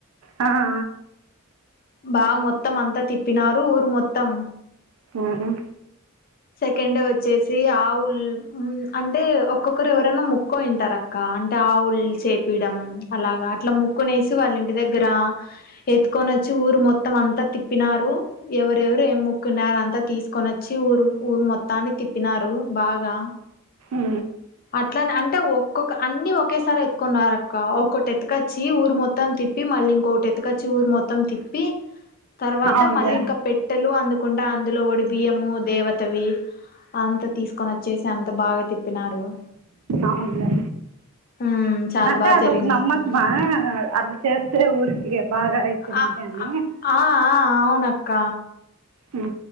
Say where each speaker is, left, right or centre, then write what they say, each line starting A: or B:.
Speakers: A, on the right; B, on the left.
A: ఆ ఆ
B: బా మొత్తం అంతా తిప్పినారు ఊరు మొత్తం
A: ఉహు
B: సెకండ్ వచ్చేసి ఆవుల్ హు అంటే ఒక్కొక్కరు ఎవరైన ముక్కోనింటారు అక్ క్క అంటే ఆవులు చేపియడం అలాగా అట్లా ముక్కునే వేసి వాళ్ళ ఇంటి దగ్గర ఎ <unintelligible> నిచ్చి ఊరు మొత్తం అంత తి ప్పినారు ఎవరెవరు ఏ మొక్కునారు అంతా తీసుకొని వచ్చి ఊరు ఊరు మొత్తాన్ని తిప్పినారు బాగా
A: హు
B: అట్లానే అంటే ఒక్కొక్క అన్ని ఒకేసారి ఎత్తుకున్నారు అక్క ఒకటి ఎతుకొచ్చి ఊరు మొత్తం మొత్తం తిప్పి మళ్ళీ ఇంకోకటి ఎత్తుకొచ్చి ఊరు మొత్తం తిప్పి తర్వాత
A: అవునులే
B: మళ్ళీ ఇంకా పెట్టెలు అందుకుంటా అందులో ఒడి బియ్యము దేవతవి అంత తీసుకొని వచ్చేసి అంత బాగా తిప్పినారు
A: అవునులే
B: ఉమ్ చాలా
A: అంటే
B: బాగా
A: అది
B: జరిగింది
A: ఒక నమ్మకమా
B: అక్క
A: అ చేస్తే ఊరికి బాగా ఆయితుంది
B: ఆ
A: అని
B: ఆ ఆ అవునక్క
A: హూ